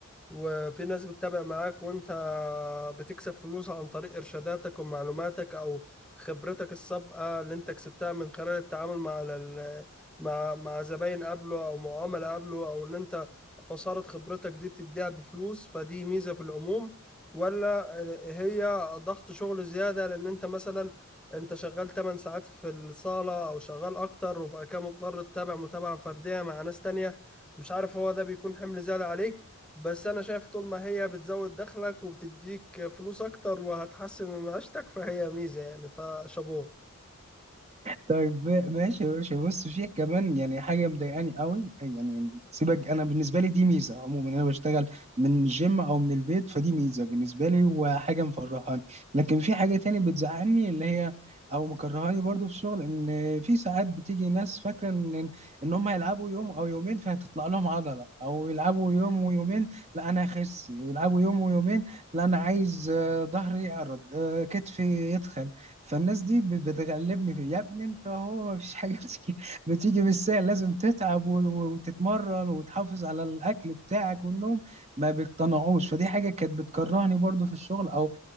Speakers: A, in the centre; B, on the right (about 30°).
A: وفي ناس بتتابع معاك وانت بتكسب فلوس عن طريق ارشاداتك ومعلوماتك او خبرتك السابقه اللي انت كسبتها من خلال التعامل مع ال- مع مع زباين قبله او معامله قبله او ان انت عصاره خبرتك دي بتديها بفلوس فدي ميزه في العموم ولا هي ضغط شغل زيادة لأن أنت مثلا أنت شغال 8 ساعات في الصالة أو شغال أكتر وبقى كده مضطر تتابع متابعة فردية مع ناس تانية مش عارف هو ده بيكون حمل زيادة عليك بس أنا شايف طول ما هي بتزود دخلك وبتديك فلوس أكتر وهتحسن من معيشتك فهي ميزة يعني فشابوه
B: طيب ما- ماشي يا باشا بص فيه كمان يعني حاجه مضايقاني قوي يعني سيبك انا بالنسبه لي دي ميزه عموما انا بشتغل من الجيم او من البيت فدي ميزه بالنسبه لي وحاجه مفرحاني لكن في حاجه تاني بتزعلني اللي هي او مكرهاني برضو في الشغل ان في ساعات بتيجي ناس فاكره ان ان هم هيلعبوا يوم او يومين فهتطلع لهم عضله او يلعبوا يوم ويومين لا انا هخس يلعبوا يوم ويومين لا انا عايز آه، ظهري يعرض آه، كتفي يتخن فالناس دي بت- بتغلبني في يا ابني انت هو ما فيش حاجه بتيجي <laughs> بتيجي بالسهل لازم تتعب و- وتتمرن وتحافظ على الاكل بتاعك والنوم ما بيقتنعوش فدي حاجه كانت بتكرهني برضو في الشغل او